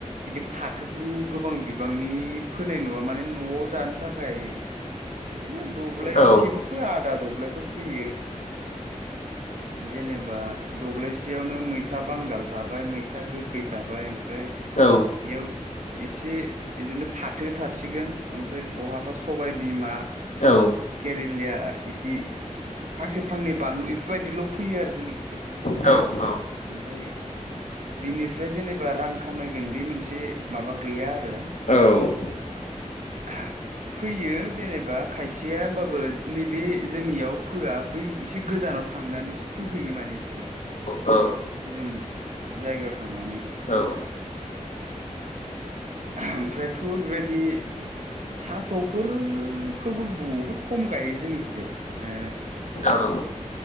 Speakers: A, on the right; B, on the left.
A: बिदि फाथोखौ गोबां बिबांनि फोनाय नङा माने न'आव जानो थाखाय बिदिनो दब्लायसेबो
B: औ
A: फोया आदा दब्लायफोर फोयो। जेने बा दब्लायसेयावनो मैथा बांगाल थाबाय मैथा गोखै थाबाय ओमफ्राय
B: औ।
A: इयाव एसे बिदिनो फाथो थासिगोन, ओमफ्राय बहाबा सबायबिमा
B: औ।
A: केरेलिया इदि फांसे फांनै बानलु बेफोरबायदिल' फैयो आरो जोंनि
B: औ।
A: ओमफाय बिनिफ्राय जेनेबा रां खामायगोन बे मोनसे माबा गैया आरो।
B: औ।
A: <inaudible> फोयो जेनेबा खायसेया, होमबाबो नैबे जोंनियाव फोआ बै एसे गोजानाव थांनानैसो फोहैयो माने। बिसोरो
B: औ
A: गुबुन जायगायाव थांनानै।
B: औ
A: ओमफ्रायथ' बेबायदि थास'फोरखोबो बुहुद खम गायो जोंनिखैजाय। ओ
B: औ